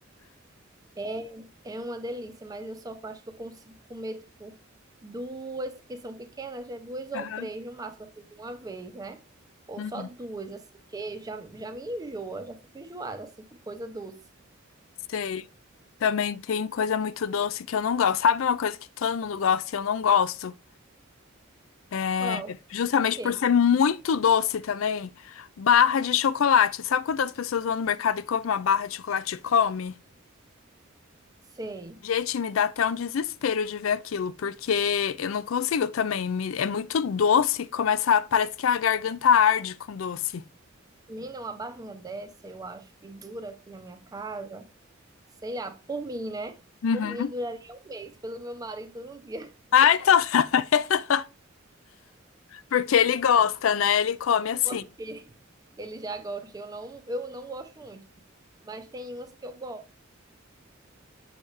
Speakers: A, on the right (about 20°); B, on the left (about 70°).
A: É, é uma delícia, mas eu só acho que eu consigo comer, tipo, duas, que são pequenas, né? Duas ou
B: Aham.
A: três no máximo, assim, de uma vez, né? Ou
B: Uhum.
A: só duas, assim, que já, já me enjoa, já fico enjoada, assim, com coisa doce.
B: Sei. Também tem coisa muito doce que eu não gosto. Sabe uma coisa que todo mundo gosta e eu não gosto? É,
A: Qual?
B: Justamente
A: O quê?
B: por ser muito doce também. Barra de chocolate. Sabe quando as pessoas vão no mercado e compram uma barra de chocolate e come?
A: Sei.
B: Gente, me dá até um desespero de ver aquilo, porque eu não consigo também. me- É muito doce, começa, a- parece que a garganta arde com doce.
A: Menina, uma barrinha dessa, eu acho que dura aqui na minha casa, sei lá, por mim, né?
B: Uhum.
A: Por mim duraria um mês, pelo meu marido dura um dia,
B: Ah, então, <laughs> porque ele gosta, né? Ele come
A: <laughs>
B: assim.
A: porque ele já gosta. Eu não, eu não gosto muito, mas tem umas que eu gosto.